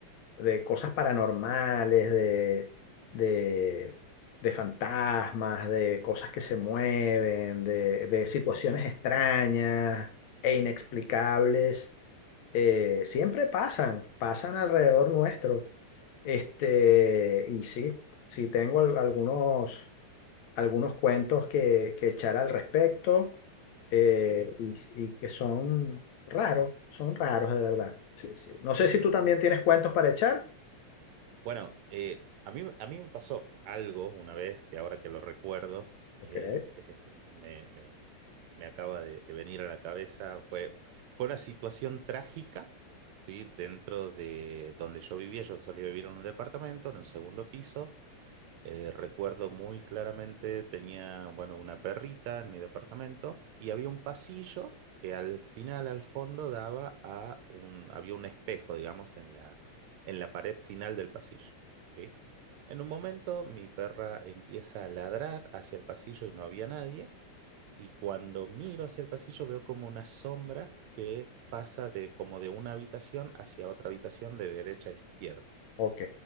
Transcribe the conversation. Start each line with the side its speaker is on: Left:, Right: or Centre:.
Left: de cosas paranormales, de, de, de fantasmas, de cosas que se mueven, de, de situaciones
Right: Ujú,
Left: extrañas e inexplicables, eh, siempre pasan, pasan alrededor nuestro. Este, y sí, sí tengo al- algunos. algunos cuentos que, que echar al respecto eh,
Right: ok,
Left: y, y que son raros, son raros de verdad. Sí, sí. No sé
Right: ujú.
Left: si tú también tienes cuentos para echar.
Right: Bueno, eh, a mí, a mí me pasó algo una vez que ahora que lo recuerdo,
Left: Ok,
Right: eh, <laughs> eh, me, me- me acaba de, de venir a la cabeza, fue, fue una situación trágica, ¿sí? Dentro de donde yo vivía, yo solía vivir en un departamento, en un segundo piso. Eh, recuerdo muy claramente, tenía, bueno, una perrita en mi departamento y había un pasillo que al final, al fondo, daba a un, había un espejo, digamos, en la, en la pared final del pasillo, ¿sí? En un momento, mi perra empieza a ladrar hacia el pasillo y no había nadie, y cuando miro hacia el pasillo veo como una sombra que pasa de, como de una habitación hacia otra habitación de derecha a izquierda.
Left: ok.